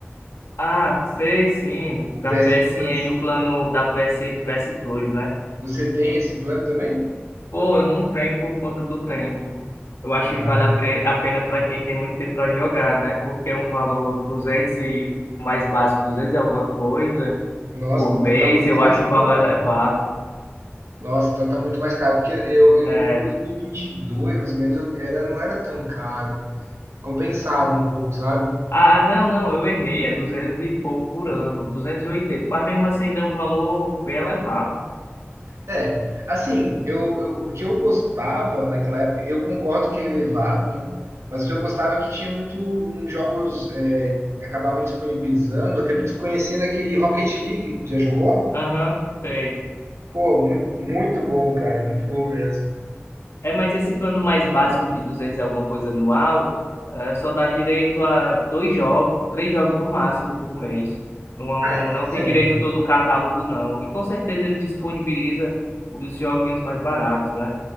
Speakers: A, on the left (about 70°); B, on the right (about 80°).
A: Ah, sei sim,
B: O
A: da
B: PS
A: PSN,
B: Plus,
A: o plano da PSN PS Plus, né?
B: você tem esse plano também?
A: Pô, eu não tenho por conta do tempo. Eu acho
B: Ah,
A: que vale a pre- a pena para quem tem muito tempo para jogar, né? Porque é um valor 200 e o mais básico, 200 e alguma coisa
B: nossa,
A: por
B: então
A: mês,
B: tá muito
A: eu
B: mais
A: acho o valor
B: caro.
A: elevado.
B: Nossa, então tá muito mais caro. Porque eu, eu
A: É...
B: lembro que em 2022, mais ou menos, eu- era, não era tão caro. Compensava um pouco, sabe?
A: Ah, ah, não, não, eu errei, é 200 e pouco por ano, 280, mas mesmo assim ainda é um valor bem elevado.
B: É, assim, eu, eu- o que eu gostava naquela época, eu concordo que é elevado, né? Mas o que eu gostava é que tinha muito um, jogos, é, acabava disponibilizando, eu acabei desconhecendo aquele Rocket League, já jogou?
A: Aham, sei.
B: Pô, muito, muito bom, cara, muito bom mesmo.
A: É, mas esse plano mais básico de 200 e alguma coisa anual, eh, só dá direito a dois jogos, três jogos no máximo por mês. Não,
B: Ah, é-
A: não tem direito todo o catálogo, não. E com certeza ele disponibiliza os joguinhos mais baratos, né?